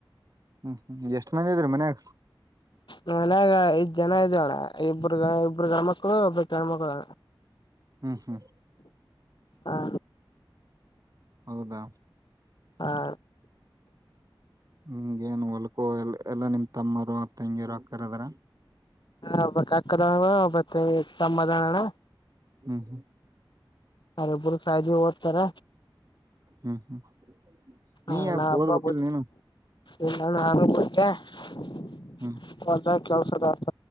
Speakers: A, on the right (about 45°); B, on the left (about 60°).
A: ಹ್ಮ್ ಹ್ಮ್ ಎಷ್ಟ್ ಮಂದಿ ಇದ್ರರಿ ಮನ್ಯಾಗ
B: ನಳಾಗ ಐದ್ ಜನ ಇದಳ ಇಬ್ಬ್ರ ಇಬ್ರು ಗಂಡ್ಮಕ್ಳು ಒಬ ಗಂಡ್ಮಕ್ಳುಳ
A: ಹ್ಮ್ ಹ್ಮ್
B: ಹಾ
A: ಹೌದಾ
B: ಹಾ
A: ಹ ನ್ ಹೊಲ್ಕೋ ಎ ಎಲ್ಲಾ ನಿಮ್ ತಮ್ಮರು ತಂಗಿಯರು ಅಕ್ಕರದಾರ
B: ಒಬ್ಬ ಅಕ್ಕದಣ ಮತ್ತೆ ತಮ್ಮದಣಣ್ಣ
A: ಹ್ಮ್ ಹ್ಮ್
B: ಅರಿಬ್ಬರು ಸಾಯಜಿ ಓದ್ತಾರ
A: ಹ್ಮ್ ಹ್ಮ್
B: ಹಾ
A: ನೀ ಯಾಕ
B: ನಾ ಹಬ್ಬಬ
A: ಓದ್ಬೇಕಿಲ್ ನೀನು
B: ಇನ್ನ ನಾನು ಕೊಟ್ಟೆದ
A: ಹ್ಮ್
B: ಕೆಲಸ ತ ಅ ತ